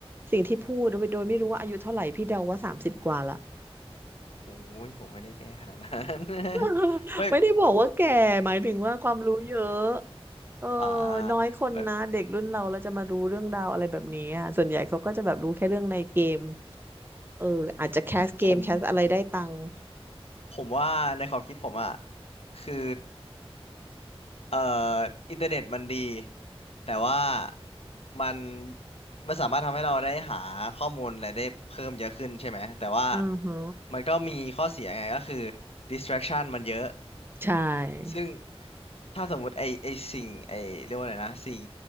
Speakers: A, on the right; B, on the left.
A: สิ่งที่พูดโดยโดยไม่รู้ว่าอายุเท่าไหร่พี่เดาว่าสามสิบกว่าละ
B: โอ้โหผมไม่ได้แก้ขนาดนั้น <laughs>
A: <laughs>
B: เฮ้ย
A: ไม่ได้บอกว่าแก่หมายถึงว่าความรู้เยอะเออ
B: <laughs> อ่า
A: น้อยคนนะเด็กรุ่นเราเราจะมารู้เรื่องราวอะไรแบบนี้อะส่วนใหญ่เขาก็จะแบบรู้แค่เรื่องในเกม
B: เอ้ย
A: เอออาจจะแคสเกมแคสอะไรได้ตังค์
B: ผม ผมว่าในความคิดผมอ่ะคือเอ่ออินเทอร์เน็ตมันดี แต่ว่ามันมันสามารถทำให้เราได้หาข้อมูลอะไรได้เพิ่มเยอะขึ้นใช่ไหม แต่ว่า
A: อือฮึ
B: มันก็มีข้อเสียไงก็คือ distraction มันเยอะ
A: ใช่
B: ซึ่งถ้าสมมุติไอไอสิ่งไอเรียกว่าอะไรนะสิ่ง